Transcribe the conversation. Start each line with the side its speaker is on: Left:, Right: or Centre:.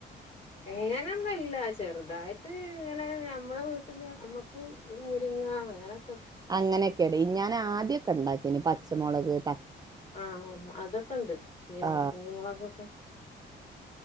Left: എങ്ങനെന്ന് ഇല്ല ചെറുതായിട്ട് ഇങ്ങനെ ഞമ്മളെ വീട്ട്ന്ന് നമ്മക്ക് മുരിങ്ങാ അങ്ങനെ
Right: അങ്ങനെക്കെടി ഞാനആദ്യോക്കണ്ടാക്കിനി പച്ചമൊളക് ത
Left: ആഹ് അതൊക്കണ്ട് ചീരാപർങ്കി
Right: ആ
Left: മുളകൊക്കെ. <inaudible>